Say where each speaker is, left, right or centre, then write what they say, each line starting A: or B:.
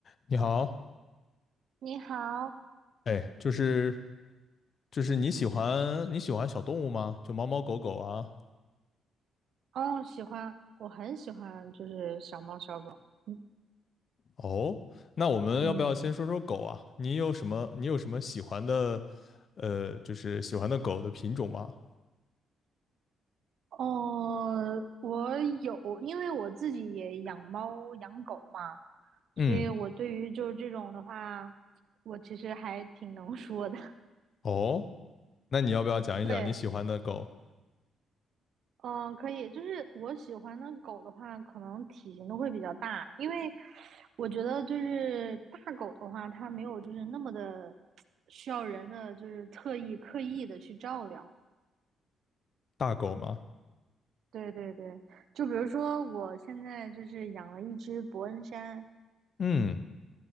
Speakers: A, on the left; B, on the right.
A: 你好，
B: 你好，
A: 哎，就是就是你喜欢你喜欢小动物吗？就猫猫狗狗啊？
B: 哦，喜欢，我很喜欢，就是小猫小狗。嗯
A: 哦，那我们要不要先说说狗啊？
B: 嗯，
A: 你有什么你有什么喜欢的，呃，就是喜欢的狗的品种吗？
B: 哦，我有，因为我自己也养猫养狗嘛，所以我对于就是这种的话，
A: 嗯，
B: 我其实还挺能说的。
A: 哦，那你要不要讲一讲你喜欢的狗，
B: <laughs> 对，嗯，可以，就是我喜欢的狗的话，可能体型都会比较大，因为我觉得就是大狗的话，它没有就是那么的需要人的就是特意刻意的去照料。
A: 大狗吗？
B: 对对对，就比如说我现在就是养了一只伯恩山，
A: 嗯，